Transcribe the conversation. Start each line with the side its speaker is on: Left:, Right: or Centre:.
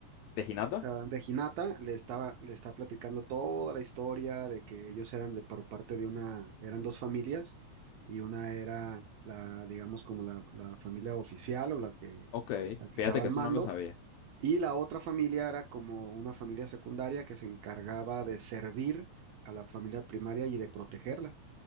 Left: ¿De Hinata?
Right: ah, Reginata le estaba, le está platicando toda la historia de que ellos eran de por parte de una, eran dos familias y una era la, digamos, como la, la familia oficial o la que,
Left: Ok,
Right: la que
Left: fíjate
Right: estaba
Left: que
Right: al
Left: eso
Right: mando
Left: no lo sabía.
Right: y la otra familia era como una familia secundaria que se encargaba de servir a la familia primaria y de protegerla.